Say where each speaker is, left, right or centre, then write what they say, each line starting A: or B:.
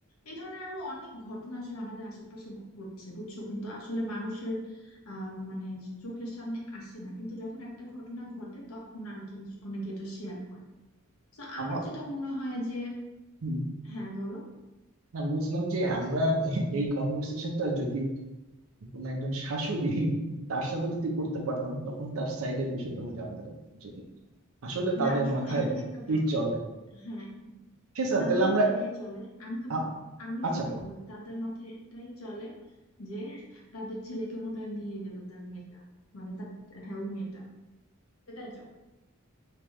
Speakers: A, on the left; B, on the right.
A: এই ধরনের আরো অনেক ঘটনা আসলে আমাদের আশেপাশে ঘটছে বুঝছো কিন্তু আসলে মানুষের আহ মানে চোখের সামনে আসে না কিন্তু যখন একটা ঘটনা ঘটে তখন আর কি অনেকে এটা শেয়ার করে তো আমার
B: আমার
A: যেটা মনে হয় যে
B: হুম,
A: হ্যাঁ বলো
B: না বুঝলাম যে আমরা এই কনভার্সেশনটা যদি কোনো একজন শাশুড়ি তার সাথে যদি করতে পারতাম তখন তার সাইডের বিষয়টা আমি জানতে পারতাম যে আসলে তাদের
A: না শোনো
B: মাথায়
A: এখানে একটা
B: কি
A: ব্যাপ-
B: চলে
A: হ্যাঁ
B: ঠিক আছে
A: তাদের
B: তাহলে
A: মাথায়
B: আমরা
A: এটাই চলে আমি তো
B: আ-
A: আমি
B: আচ্ছা
A: তোমাকে বলি তাদের মাথায় এটাই চলে যে তাদের ছেলেকে মনে হয় নিয়ে গেল তার মেয়েটা মানে তার হ্যাঁ ওই মেয়েটা এটাই চলে